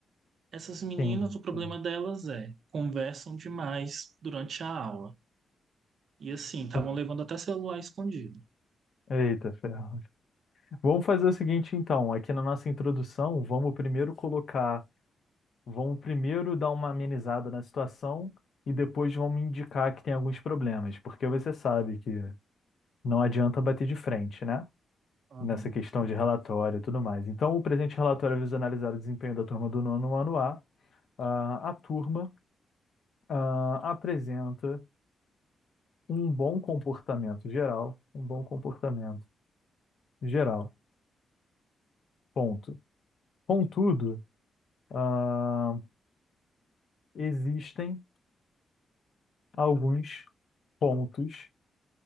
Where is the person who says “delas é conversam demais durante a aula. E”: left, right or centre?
Right